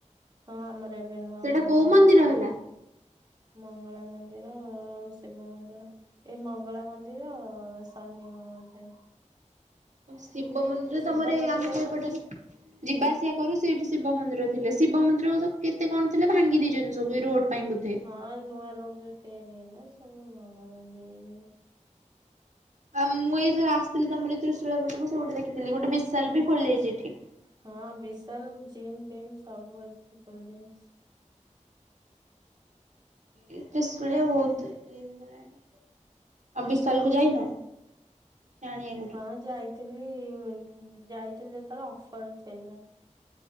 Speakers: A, on the right (about 30°); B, on the right (about 70°).
A: ହଁ ଆମର ଏବେ ନୂଆ
B: ସେଇଟା
A: ମନ୍ଦିର
B: କୋଉ
A: <unintelligible>
B: ହେଲା?
A: ମଙ୍ଗଳା ମନ୍ଦିର ଆଉ ଶିବ ମନ୍ଦିର ଏଇ ମଙ୍ଗଳା ମନ୍ଦ୍ ଦିର ସନି ମନ୍ଦିର।
B: ଶିବ ମନ୍ଦିର
A: ଶିବ
B: ତମର
A: ମନ୍ଦିର
B: ଏ ଆମେ ଯୋଉ
A: ତ
B: ପଟେ ଯିବା ଆସିବା କରୁ ସେଠି ଶିବ ମନ୍ଦିର ଥିଲେ ଶିବ ମନ୍ଦିର ତ କେତେ କଣ ଥିଲା ଭାଙ୍ଗି ଦେଇଛନ୍ତି ସବୁ ରୋଡ। ପାଇଁ ବୋଧେ।
A: ହଁ ନୂଆ ରୋଡ ଯୋଉ ତିଆରି ହେଲା ସବୁ ଭଙ୍ଗା ଭାଙ୍ଗି
B: ଆଉ ମୁଁ ଏଇଥର ଆଥିଲି ତମର ତ୍ରିଶୂଳାପଟକୁ ସେ ପଟେ ଦେଖିଥିଲି ଗୋଟେ ବିଶାଲ ବି ଖୋଲି ଯାଇଛି ଏଠି।
A: ହଁ ବିଶାଲ ଜିମ୍ ଫିମ୍ ସବୁ ଏବେ ଖୋଲିଯାଇଛି।
B: ଏ ତୀସୁଳିଆ ବହୁତ ଇଏ ହେଇଗଲାଣି ଆଉ ବିଶାଲ କୁ ଯାଇନ? ଶାଣିଆ
A: ହଁ ଯାଇଥିଲି ଯାଇଥିଲି ଯେତେବଳେ ଅଫର ଥିଲା।